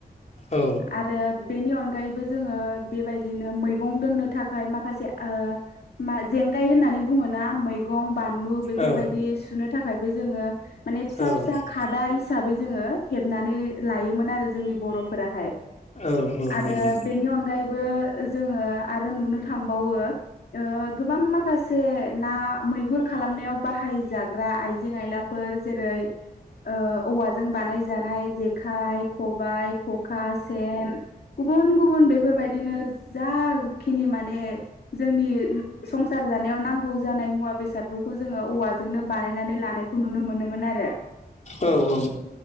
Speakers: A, on the left; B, on the left.
A: औ
B: आरो बेनि अनगायैबो जोङो बेबायदिनो मैगं दोननो थाखाय माखासे आ ओ मा जेंगाय होननानै बुङोना मैगं बानलु बेफोरबायदि
A: औ
B: सुनो थाखायबो जोङो माने फिसा
A: औ
B: फिसा खादा हिसाबै जोङो हेबनानै लायोमोन आरो जोंनि बर'फोराहाय
A: औ नंगौ औ
B: आरो
A: नंगौ
B: बेनि अनगायैबो जोङो आरो नुनो थांबावो ओ गोबां माखासे ना मैहुर खालामनायाव बाहाय जाग्रा आइजें आइला फोर जेरै ओ औवाजों बानाय जानाय जेखाइ खबाय ख'खा सेन गुबुन गुबुन बेफोरबायदिनो जा खिनि माने जोंनि संसार जानायाव नांगौ जानाय मुवा बेसादफोरखौ जोङो औवा जोंनो बानायनानै लानायखौ नुनो मोनोमोन आरो
A: औ